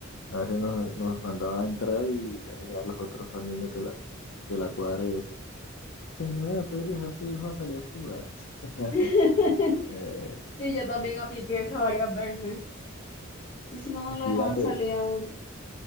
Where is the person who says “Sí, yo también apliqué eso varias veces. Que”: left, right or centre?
Left